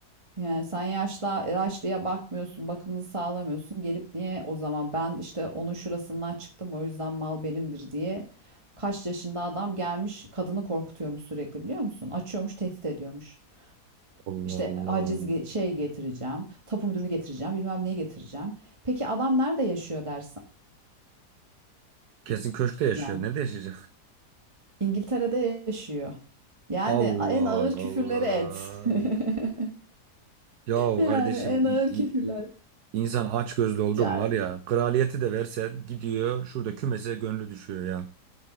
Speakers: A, on the right; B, on the right.
A: yani sen yaşta yaşlıya bakmıyorsun, bakımını sağlamıyorsun. Gelip niye o zaman ben işte onun şurasından çıktım o yüzden mal benimdir diye kaç yaşında adam gelmiş kadını korkutuyormuş sürekli biliyor musun? Açıyormuş, tehdit ediyormuş.
B: Allah
A: İşte
B: Allah.
A: aciz ge- şey getireceğim, tapu müdürünü getireceğim, bilmem neyi getireceğim. Peki adam nerede yaşıyor dersin?
B: Kesin köşkte yaşıyor.
A: Yani
B: Nerede yaşayacak?
A: İngiltere'de yaşıyor. Yani
B: Allah
A: en ağır
B: Allah.
A: küfürleri et. <laughs>
B: Yahu
A: Yani
B: kardeşim
A: en
B: i-
A: ağır küfürler.
B: i- insan aç gözlü oldu
A: Ya,
B: mu var ya. Kraliyeti de versen gidiyor şurada kümese gönlü düşüyor ya.